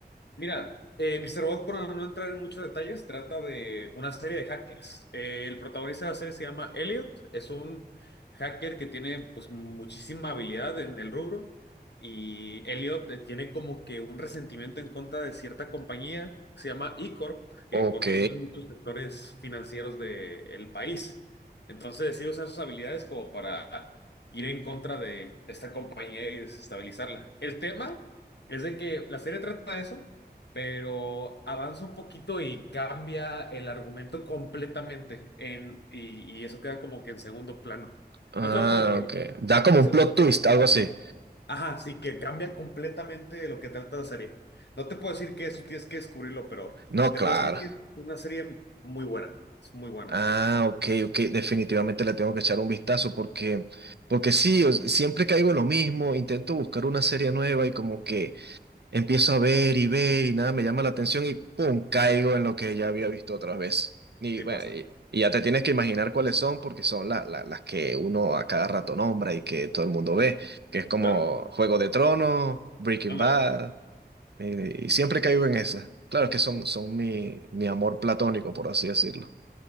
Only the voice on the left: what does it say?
Mira, eh, Mr. Robot, por no entrar en muchos detalles, trata de una serie de hackers. Eh, el protagonista de la serie se llama Elliot, es un hacker que tiene pues muchísima habilidad en el rubro y Elliot eh, tiene como que un resentimiento en contra de cierta compañía, que se llama E-Corp, que
controla muchos sectores financieros del país. Entonces decide usar sus habilidades como para ir en contra de esta compañía y desestabilizarla. El tema... Es de que la serie trata de eso, pero avanza un poquito y cambia el argumento completamente en, y, y eso queda como que en segundo plano.
¿No te lo puedo decir?
Es
algo
que piensas.
Ajá, sí, que cambia completamente lo que trata la serie. No te puedo decir que eso tienes que descubrirlo, pero
te
puedo decir que es una serie muy buena. Es muy buena.
Sí
pasa.
Claro.
Ándale.